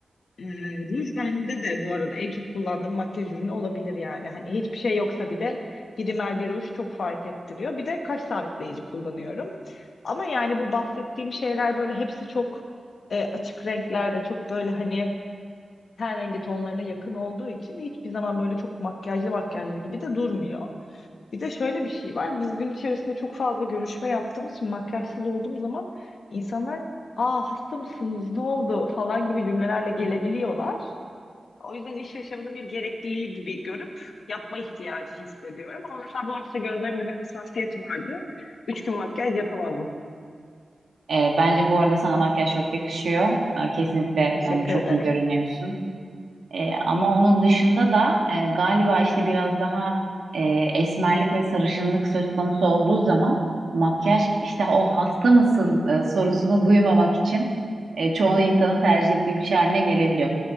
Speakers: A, on the left; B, on the right.
A: E, ruj bende de bu arada en çok kullandığım makyaj ürünü olabilir yani. Hani hiçbir şey yoksa bir de bir rimel bir ruj çok fark ettiriyor. Bir de kaş sabitleyici kullanıyorum. Ama yani bu bahsettiğim şeyler böyle hepsi çok e, açık renklerde çok böyle hani ten rengi tonlarına yakın olduğu için hiçbir zaman böyle çok makyajlı makyajlı gibi de durmuyor. Bir de şöyle bir şey var. Biz gün içerisinde çok fazla görüşme yaptığımız için makyajsız olduğum zaman insanlar "Aa hasta mısınız? Ne oldu?" falan gibi cümlelerle gelebiliyorlar. O yüzden iş yaşamının bir gerekliliği gibi görüp yapma ihtiyacı hissediyorum. Ama mesela bu hafta gözlerimde bir hassasiyet vardı. Üç gün makyaj yapamadım.
B: E, bence bu arada sana makyaj çok yakışıyor. E, kesinlikle
A: Teşekkür
B: hani çok
A: ederim.
B: iyi görünüyorsun. E, ama onun dışında da e, galiba işte biraz daha e, esmerlik ve sarışınlık söz konusu olduğu zaman makyaj işte o hasta mısın e, sorusunu duymamak için e, çoğu insanın tercih ettiği bir şey haline gelebiliyor.